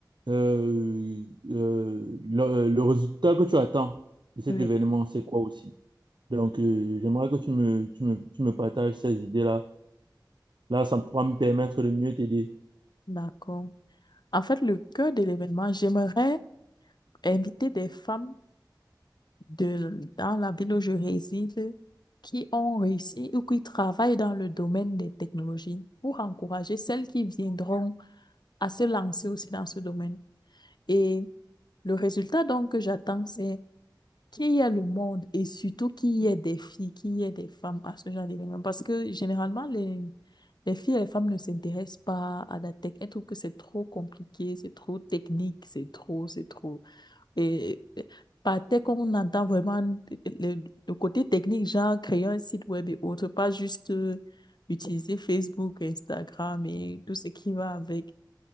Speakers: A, on the right; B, on the left.
A: Euh, euh, le, le résultat que tu attends de cet
B: Oui.
A: événement, c'est quoi aussi? Donc, euh, j'aimerais que tu me, tu me, tu me partages ces idées-là. Là, ça pourra me permettre de mieux t'aider.
B: d'accord. En fait, le cœur de l'événement, j'aimerais inviter des femmes de, dans la ville où je réside qui ont réussi ou qui travaillent dans le domaine des technologies pour encourager celles qui viendront à se lancer aussi dans ce domaine. Et le résultat donc que j'attends, c'est qu'il y ait le monde et surtout qu'il y ait des filles, qu'il y ait des femmes à ce genre d'événement. Parce que généralement, les, les filles et les femmes ne s'intéressent pas à la tech. Elles trouvent que c'est trop compliqué, c'est trop technique, c'est trop, c'est trop. Et et par tech, on entend vraiment le, le côté technique, genre créer un site web et autres, pas juste euh, utiliser Facebook, Instagram et tout ce qui va avec.